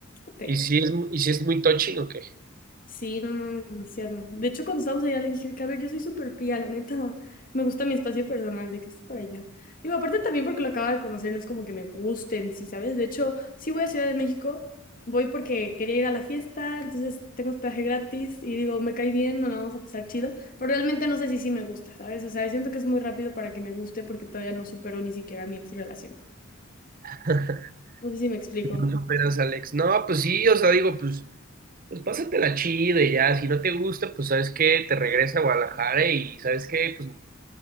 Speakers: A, on the left; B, on the right.
A: te
B: Y si es, y si es muy touching, ok.
A: Sí, no, no, no, demasiado. De hecho, cuando estábamos allá le dije que, a ver, yo soy súper fría, la neta, <laughs> me gusta mi espacio personal de que esté por allá. Digo, aparte también porque lo acabo de conocer, no es como que me gusten, sí, ¿sabes? De hecho, sí voy a Ciudad de México, voy porque quería ir a la fiesta, entonces tengo hospedaje gratis y digo, me cae bien, no la vamos a pasar chido, pero realmente no sé si sí me gusta, ¿sabes? O sea, siento que es muy rápido para que me guste porque todavía no supero ni siquiera mi ex relación.
B: <laughs>
A: No sé si me explico.
B: No superas, Alex. No, pues sí, o sea, digo, pues, pues pásatela chido y ya, si no te gusta, pues sabes que te regresa a Guadalajara y sabes que, pues no,